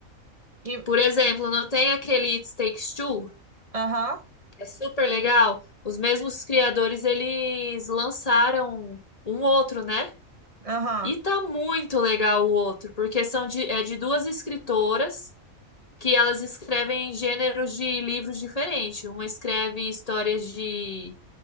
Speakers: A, on the right; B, on the left.
A: E,
B: Por exemplo, não tem aquele It Takes Two,
A: aham,
B: que é super legal. Os mesmos criadores, eles lançaram um outro, né?
A: aham,
B: E tá muito legal o outro, porque são de, é de duas escritoras que elas escrevem gêneros de livros diferentes. Uma escreve histórias de